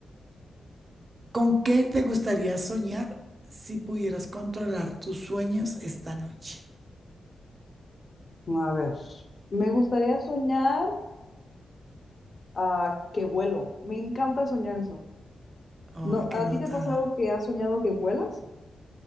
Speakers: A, on the right; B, on the left.
A: ¿Con qué te gustaría soñar si pudieras controlar tus sueños esta noche?
B: A ver. Me gustaría soñar ah, que vuelo. Me encanta soñar eso.
A: Ay,
B: No,
A: qué
B: ¿a
A: nota.
B: ti te ha pasado que has soñado que vuelas?